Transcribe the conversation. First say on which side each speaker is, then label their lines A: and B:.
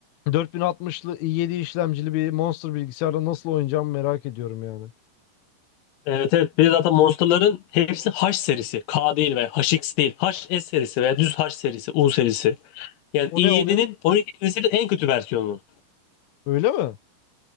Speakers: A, on the left (about 75°); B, on the left (about 90°).
A: 4060'lı i7 işlemcili bir Monster bilgisayarda nasıl oynayacağımı merak ediyorum yani.
B: Evet evet. Bir de zaten Monster'ların hepsi H serisi. K değil veya HX değil. H S serisi veya düz H serisi, U serisi. Yani
A: O
B: i7'nin
A: ne oluyor?
B: 12 serisinin en kötü versiyonu.
A: Öyle mi?